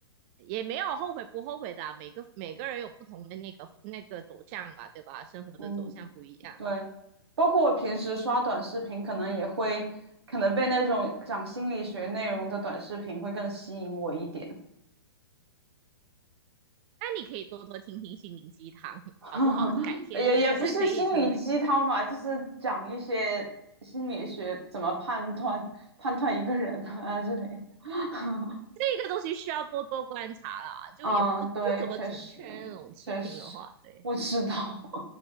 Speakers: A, on the right; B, on the right.
A: 也没有后悔不后悔的啊每个每个人有不同的那个那个走向嘛，对吧？生活的走向不一样，
B: 嗯。对，包括我平时刷短视频，可能也会，可能被那种讲心理学内容的短视频会更吸引我一点，
A: 那你可以多多听听心灵鸡汤，
B: <laughs>
A: 搞不好改天你就是可以成为
B: 也也不是心理鸡汤吧，就是讲一些心理学怎么判断判断一个人啊 <laughs> 之类的。<laughs>
A: 这个东西需要多多观察啦，就也不不怎么准确那种视频的话，
B: 嗯，对，确实确实，
A: 对
B: 我知道，